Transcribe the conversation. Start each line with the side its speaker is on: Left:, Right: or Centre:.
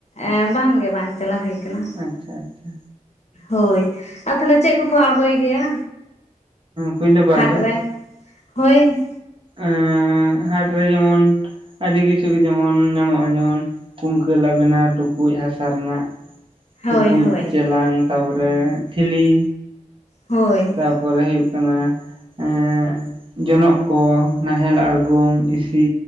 Left: ᱮ ᱵᱟᱝᱜᱮ ᱵᱟᱝ ᱪᱟᱞᱟᱣ ᱦᱩᱭ ᱟᱠᱟᱱᱟ।
Right: ᱟᱪᱪᱷᱟ ᱟᱪᱪᱷᱟ
Left: ᱦᱳᱭ ᱟᱨ ᱛᱟᱦᱟᱞᱮ ᱪᱮᱫ ᱠᱚᱠᱚ ᱟᱲᱜᱚᱭ ᱜᱮᱭᱟ?
Right: ᱠᱩᱭᱞᱟᱹᱵᱟᱞ
Left: ᱦᱟᱴ
Right: ᱨᱮ
Left: ᱨᱮᱱ ᱦᱳᱭ ᱼᱼ
Right: ᱮᱸ ᱦᱟᱴᱨᱮ ᱡᱮᱢᱚᱱ ᱟᱹᱰᱤ ᱠᱤᱪᱷᱩ ᱜᱮ ᱡᱮᱢᱚᱱ ᱧᱟᱢᱚᱜᱼᱟ᱾ ᱡᱮᱢᱚᱱ ᱼᱼ ᱠᱩᱝᱠᱟᱹᱞᱟᱜ ᱵᱮᱱᱟᱣ ᱴᱩᱠᱩᱡ ᱦᱟᱥᱟ ᱨᱮᱱᱟᱜ।
Left: ᱦᱳᱭ
Right: ᱴᱩᱠᱩᱡ
Left: ᱦᱳᱭ
Right: ᱪᱮᱞᱟᱝ ᱛᱟᱨᱯᱚᱨᱮ ᱴᱷᱤᱞᱤ।
Left: ᱦᱳᱭ
Right: ᱛᱟᱯᱚᱨᱮ ᱦᱩᱭᱩᱜ ᱠᱟᱱᱟ ᱮᱸᱻ ᱡᱚᱱᱚᱜ। ᱠᱚ ᱱᱟᱦᱮᱞ ᱟᱬᱜᱚᱢ ᱤᱥᱤ